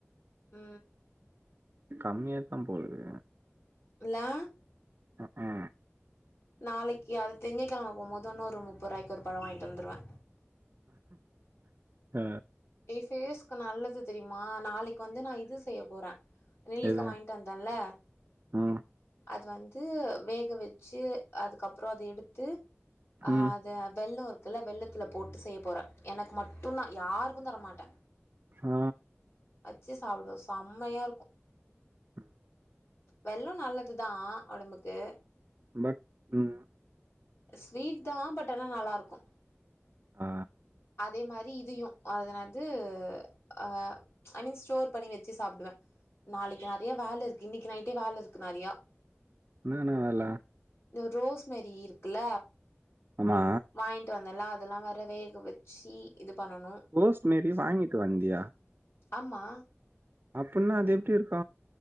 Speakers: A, on the left (about 60°); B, on the right (about 45°).
A: ஆ
B: கம்மியாதா போலுது
A: இலா
B: ஆ ஆ
A: நாளைக்கு அது திங்ககிழமை போபோது இன்னொரு முப்ப ரூாபாய்க்கு ஒரு பழ வாங்கிட்டு வந்துடுவே
B: அ
A: ஏ பேஸ்க்கு நல்லது தெரியுமா நாளைக்கு வந்து நான் இது செய்ய போறே நெல்லிக்கா
B: எது
A: வாங்கிட்டு வந்தேன்ல
B: ம்
A: அது வந்து வேக வச்சு அதுக்கப்பறோ அத எடுத்து அ
B: ம்
A: அது வெல்லோ இருக்குல்ல வெல்லத்துல போட்டு செய்ய போறே எனக்கு மட்டுதா யாருக்கு தரமாட்டே
B: அ
A: வச்சு சாப்டுவோ செம்மையா இருக்கு
B: ஆஹம்
A: வெல்லோ நல்லது தா ஒடம்புக்கு
B: பட் ம்
A: ஸ்வீட் தா பட் ஆனா நல்லா இருக்கு
B: அ
A: அதே மாரி இதையு அதனது அ ஐ மீன் ஸ்டோர் பண்ணி வச்சு சாப்டுவே நாளைக்கு நெறைய வேல இருக்கு இன்னைக்கு நைட்டே வேல இருக்கு நெறைய
B: என்னன்ன வேல
A: ரோஸ்மரி இருக்குல
B: ஆமா
A: வாங்கிட்டு வந்தேல அதெல்லா வேற வேக வச்சு இது பண்ணணு
B: ரோஸ் மேரி வாங்கிட்டு வந்தியா
A: ஆமா
B: அப்டின்னா அது எப்படி இருக்கு